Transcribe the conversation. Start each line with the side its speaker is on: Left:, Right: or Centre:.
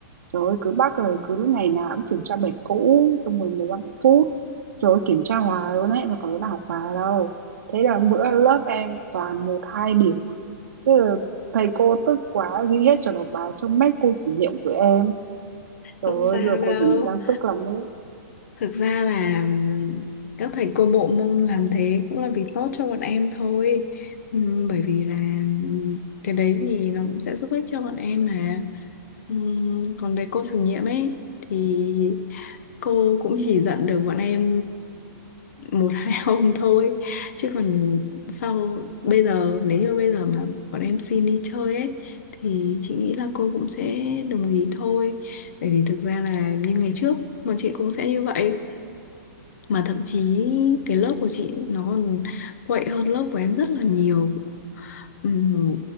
Right: Trời ơi, cứ bắt là cứ lúc ngày nào cũng kiểm tra bài cũ xong rồi 15 phút rồi kiểm tra hoài luôn ấy mà có đứa nào học bài đâu thế là bữa lớp em toàn một hai điểm thế là thầy cô tức quá ghi hết sổ nộp bài xong mét cô chủ nhiệm tụi em trời
Left: không sao
Right: ơi giờ
Left: đâu
Right: cô chủ nhiệm đang tức lắm đấy
Left: Thực ra là ừm, các thầy cô bộ môn làm thế cũng là vì tốt cho bọn em thôi. Ừm, Bởi vì là ừm, cái đấy thì nó cũng sẽ giúp ích cho bọn em mà. Ừm, Còn về cô chủ nhiệm ấy thì cô cũng chỉ dặn được bọn em một hai <laughs> hôm thôi. Chứ còn sau bây giờ nếu như bây giờ mà bọn em xin đi chơi ấy thì chị nghĩ là cô cũng sẽ đồng ý thôi. Bởi vì thực ra là như ngày trước bọn chị cũng sẽ như vậy mà thậm chí cái lớp của chị nó còn quậy hơn lớp của em rất là nhiều Ừm,